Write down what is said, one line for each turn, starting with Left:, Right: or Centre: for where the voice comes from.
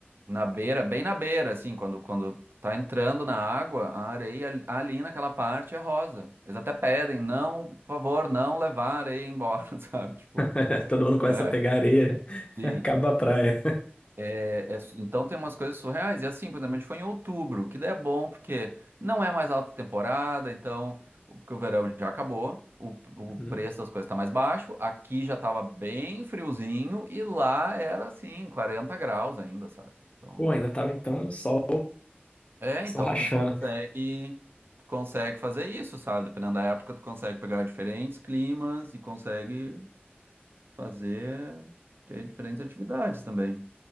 Right: Na beira, bem na beira, assim, quando, quando tá entrando na água, a areia ali ali naquela parte é rosa. Eles até pedem, não, por favor, não levar a areia embora, <laughs> sabe? Tipo,
Left: <laughs> Todo mundo começa
Right: é,
Left: a pegar areia, <laughs>
Right: sim.
Left: acaba a praia.
Right: É, é su- então tem umas coisas surreais. E assim, por exemplo, a gente foi em outubro, que daí é bom porque não é mais alta temporada, então, o- porque o verão já acabou, o, o
Left: Uhum.
Right: preço das coisas tá mais baixo, aqui já tava bem friozinho e lá era assim, 40 graus ainda, sabe? Então.
Left: Pô, ainda tava então sol,
Right: É,
Left: sol
Right: então
Left: rachando.
Right: tu consegue, tu consegue fazer isso, sabe? Dependendo da época, tu consegue pegar diferentes climas e consegue fazer ter diferentes atividades também.